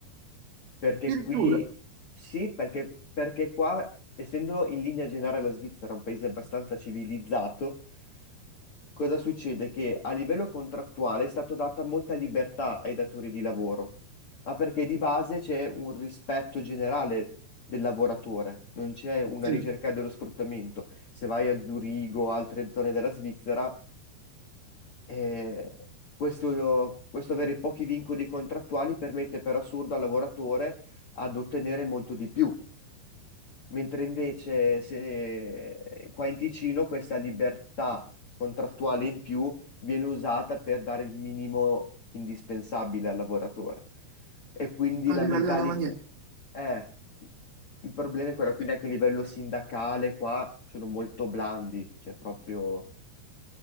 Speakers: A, on the left; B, on the right.
A: Perché
B: Addirittura,
A: qui sì, perché, perché qua, essendo in linea generale la Svizzera un paese abbastanza civilizzato, cosa succede? Che a livello contrattuale è stata data molta libertà ai datori di lavoro, ma perché di base c'è un rispetto generale del lavoratore, non c'è una
B: sì,
A: ricerca dello sfruttamento. Se vai a Zurigo o altre zone della Svizzera, eh, questo, questo avere pochi vincoli contrattuali permette per assurdo al lavoratore ad ottenere molto di più, mentre invece se qua in Ticino questa libertà contrattuale in più viene usata per dare il minimo indispensabile al lavoratore. E quindi
B: all'italiana
A: la mentalità
B: maniera,
A: è... Il problema è quello, quindi anche a livello sindacale qua sono molto blandi, cioè proprio